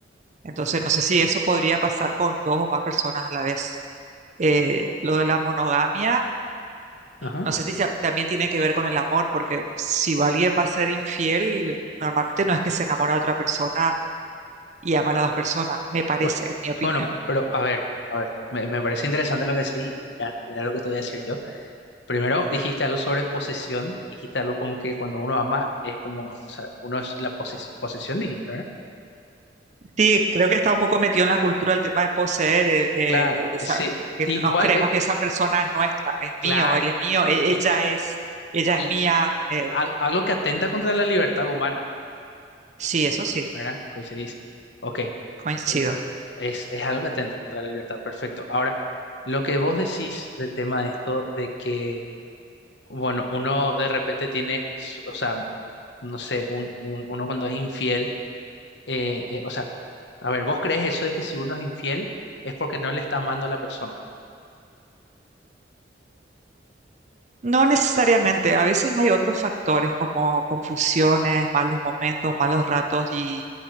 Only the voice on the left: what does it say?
Ajá.
Bueno,
bueno, pero a ver, a ver, me, me parece interesante lo que decís, y mira, mira lo que te voy a decir yo. Primero dijiste algo sobre posesión, dijiste algo como que cuando uno ama es como, o sea, uno es la poses- posesión, dijiste, ¿verdad?
Claro,
sí,
y,
igual,
eh,
claro,
y,
y
al- algo que atenta contra la libertad humana,
¿verdad? Coincidís. Ok,
ent- es, es algo que atenta contra la libertad, perfecto. Ahora, lo que vos decís del tema de esto, de que... Bueno, uno de repente tiene, s- o sea, no sé, un, un- uno cuando es infiel, eh, eh, o sea, a ver, ¿vos crees eso de que si uno es infiel es porque no le está amando a la persona?